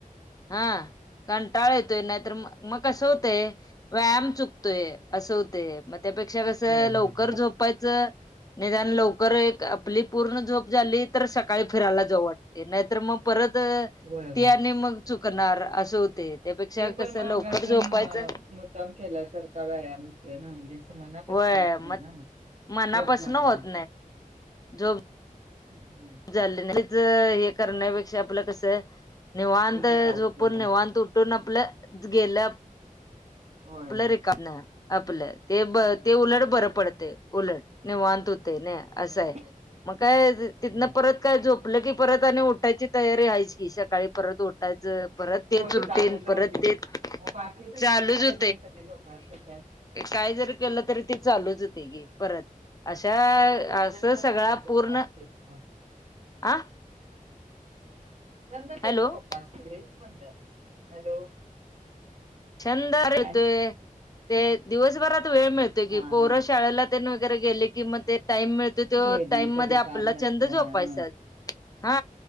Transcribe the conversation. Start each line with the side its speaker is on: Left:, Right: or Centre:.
Left: हा कारण टाळा येतोय नाहीतर म मग कसं होतय व्यायाम चुकतोय असं होते मग त्यापेक्षा कसं
Right: होय
Left: लवकर झोप निदान लव ल आपली पूर्ण जोब झाली तर सकाळी फिरायला जा वाटते नाहीतर मग परत
Right: होय होय
Left: तेने मग चुकणार असे होते त्यापेक्षा
Right: ते पण
Left: कसं
Right: मग
Left: लवकर
Right: असं
Left: झोपायचं
Right: म मुद्दाम केला सारख व्यायामत ना म्हणजे मनापासून
Left: होय
Right: होत
Left: मग
Right: नाही ना मग
Left: मनापासन
Right: झोब झाली
Left: होत
Right: नाही तर
Left: झोप
Right: हम्म
Left: हे करण्यापेक्षा आपलं कसं निवांत
Right: त्याचा काय
Left: झोपून
Right: उपयोग नाही
Left: निवांत उठून आपलं गेल्या
Right: होय
Left: आपल्या
Right: होय
Left: रे आपलं ते ब
Right: होय
Left: ते उलट बरं पडते उलट नाही वानत हो ते नाही असंय
Right: बरोबर आहे की.
Left: मग काय तिथन
Right: होय
Left: परत का झोपलं की परत आणि उठायची तयारी आहेयच की सकाळी परत परत
Right: होय
Left: तेच रुटीन
Right: चाललं तर
Left: परत
Right: रुटीन
Left: ते
Right: मग बाकीचे
Left: चालूच
Right: छंद
Left: हो
Right: <unintelligible>
Left: काय जरी केलं तरी ते चालूच होते गी परत अशा
Right: अ तुझे
Left: असं
Right: छंद
Left: सगळा
Right: कसे जोपासतेस
Left: पूर्ण आ
Right: छंद सोप
Left: हॅलो
Right: असतेच म्हणलं हॅलो
Left: छंद यतोय
Right: ह
Left: ते दिवसभरात वेळ मिळतोय की
Right: हा
Left: पोरशाळेला
Right: हा
Left: वगैरे गेले कि म ते टाइम मिळतो ते
Right: गेली
Left: टाईम
Right: कधी
Left: मध्ये आपल्याला
Right: काम नसलं
Left: छंद जोपायचा
Right: ह
Left: हा